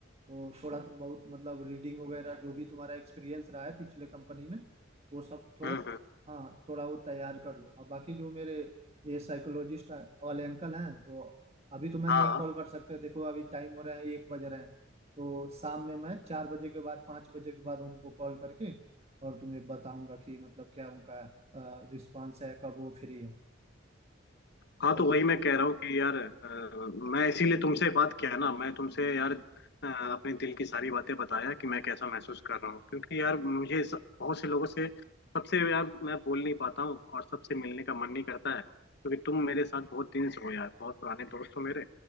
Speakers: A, on the right (about 30°); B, on the left (about 55°).
A: तो थोड़ा तो बहुत मतलब रीडिंग वगैरह जो भी तुम्हारा एक्सपीरियंस रहा है पिछले कंपनी में वो सब थोड़ा
B: हम्म हम्म
A: हाँ थोड़ा वो तैयार कर लो अब बाकी जो मेरे ये साइकोलॉजिस्ट वाले अंकल हैं तो अभी तो मैं
B: हाँ
A: नहीं कॉल कर सकते देखो अभी टाइम हो रहा है एक बज रहे हैं तो शाम में मैं चार बजे के बाद पाँच बजे के बाद उनको कॉल करके और तुम्हें बताऊंगा कि मतलब क्या उनका रिस्पांस है कब वो फ्री है
B: हाँ
A: तो
B: तो वही मैं कह रहा हूँ कि यार अ, मैं इसीलिए तुमसे बात किया ना मैं तुमसे यार अ, अपने दिल की सारी बातें बताया कि मैं कैसा महसूस कर रहा हूँ क्योंकि यार मुझे स- बहुत से लोगों से सबसे यार मैं बोल नहीं पाता हूँ और सबसे मिलने का मन नहीं करता है क्योंकि तुम मेरे साथ बहुत दिन से हो यार बहुत पुराने दोस्त हो मेरे